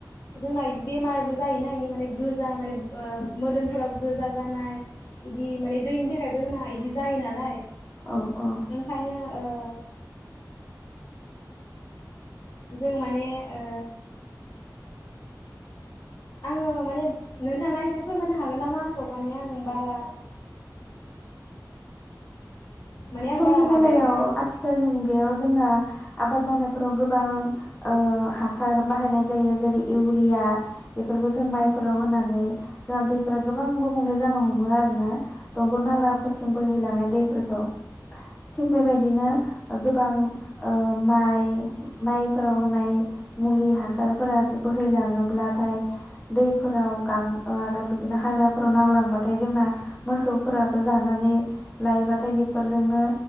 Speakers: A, on the left; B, on the left.
A: जोंना बिदि बेमारबो जायोना बिनि माने गोजा माने मोदोमफोराव गोजा जानाय इदि माने दैनि था <inaudible> इदि जायो नालाय।
B: औ औ
A: ओंखायनो ओ जों माने ओ आङो माने नोंथाङा एसे फोरमायनो हागोन नामा आंखौ माने आं बारा माने आं
B: समनि
A: बारा माबायाखै
B: बेलायाव आथिखालनि मुगायाव जोंना आबाद मावनाय फोराव गोबां ओ हासार बाहायनाय जायो जेरै इउरिया बेफोरखौ जों माइफोराव होनानै जोंहा दैफोरा गोबां गुबुंले जानो हमो आरोना । दंग' नालाफोरजों
A: औ
B: बोहैलांनाय दैैफोरखौ । थिग बेबायदिनो ओ गोबां ओ माइ माइफोराव होनाय मुलि हासारफोरा बोहैलाङोब्लाथाय दैफोराव गां ओ आरो बिदिनो हाग्राफोराव नांलांबाथाय जोंना मोसौफोराबो जानानै लायोबाथाय बे बेफोरजोंनो